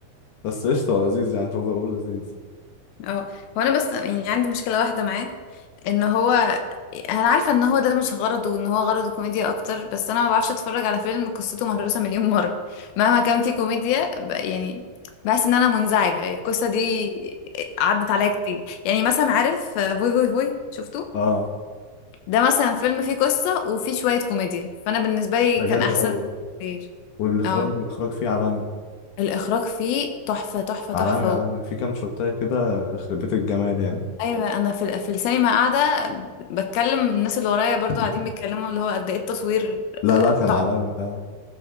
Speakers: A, on the left (about 65°); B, on the left (about 80°).
A: بس قشطه هو لذيذ يعني اول لذيذ
B: اه هو انا بس يعني عندي مشكله واحده معاه ان هو انا عارفه ان هو ده مش غرضه ان هو غرضه كوميديا اكتر بس انا ما بعرفش اتفرج على فيلم قصته مهروسه مليون مره مهما كان فيه كوميديا ب... يعني بحس ان انا منزعجه القصه دي عدت عليا كتير يعني مثلا عارف آه، فوي فوي فوي شفته
A: اه
B: ده مثلا فيلم فيه قصه وفيه شويه كوميديا فانا بالنسبه لي
A: ده
B: كان
A: جامد
B: احسن
A: قوي
B: كتير
A: والاخراج
B: اه
A: الاخراج فيه عالمي
B: الاخراج فيه تحفه تحفه
A: عالمي
B: تحفه
A: عالمي في كام شوتايه كده يخرب بيت الجمال يعني
B: ايوه انا في ال- في السينما قاعده بتكلم الناس اللي ورايا برضو
A: <laughs>
B: قاعدين بيتكلموا اللي هو قد ايه التصوير
A: لا لا كان
B: تحفه
A: عالمي ده